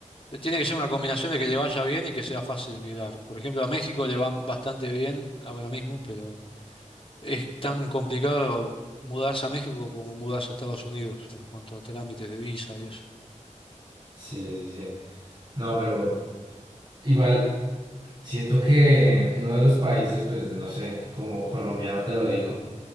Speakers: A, on the left (about 45°); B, on the right (about 30°).
A: Tiene que ser una combinación de que le vaya bien y que sea fácil emigrar. Por ejemplo, a México le va bastante bien ahora mismo, pero es tan complicado mudarse a México como mudarse a Estados Unidos en cuanto a trámites de visa y eso.
B: Sí, sí, sí. No, pero igual siento que uno de los países, pues no sé, como colombiano te lo digo.